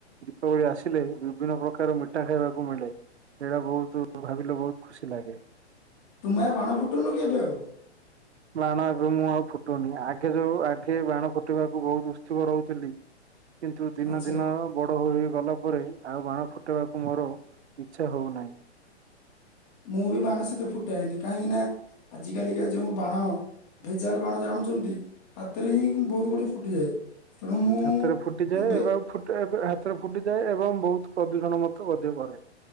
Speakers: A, on the right; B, on the left.
A: ଦୀପାବଳି ଆସିଲେ ବିଭିନ୍ନ ପ୍ରକାର ମିଠା ଖାଇବାକୁ ମିଳେ ସେଇଟା ବହୁତ୍ ଭାବିଲେ ବହୁତ୍ ଖୁସି ଲାଗେ।
B: ତୁମେ ଆଉ ବାଣ ଫୁଟୁନ ଏବେ ଆଉ?
A: ବାଣ ଏବେ ମୁଁ ଆଉ ଫୁଟଉନି ଆଗେ ଯୋଉ ଆଗେ ବାଣ ଫୁଟିବାକୁ ବହୁତ୍ ଉତ୍ସୁକ ରହୁଥିଲି କିନ୍ତୁ ଦିନ
B: ଆଚ୍ଛା
A: ଦିନ ବଡ଼ ହୋଇ ଗଲା ପରେ ଆଉ ବାଣ ଫୁଟାଇବାକୁ ମୋର ଇଚ୍ଛା ହେଉନାହିଁ।
B: ମୁଁ ବି ବାଣ ସେତେ ଫୁଟାଏନି କାହିଁକି ନା ଆଜି କାଲିକା ଯୋଉ ବାଣ। ଭେଜାଲ ବାଣ ଜାଣୁଛନ୍ତି ହାତରେ ହିଁ ବହୁତ ଗୁଡିଏ ଫୁଟିଯାଏ। ତେଣୁ ମୁଁ
A: ହାତରେ ଫୁଟିଯାଏ
B: ଏବେ
A: ଏ ଫୁ ଏବେ ହାତରେ ଫୁଟିଯାଏ ଏବଂ ବହୁତ ପ୍ରଦୂଷଣ ମଧ୍ୟ ଘରେ।